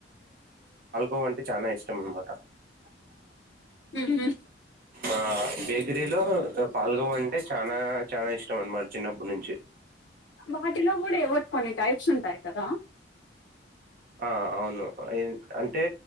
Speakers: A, on the right; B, on the left.
A: ఓ అంటే చానా ఇష్ <unintelligible>
B: ఊహూ
A: ఆ బేకరీలో పాలకోవా అంటే చానా చానా ఇష్ <unintelligible> చిన్నప్పుడు నుంచి
B: వాటిలో కూడా ఏవో కొన్ని టైప్స్ ఉంటాయి కదా
A: ఆ అవును అంటే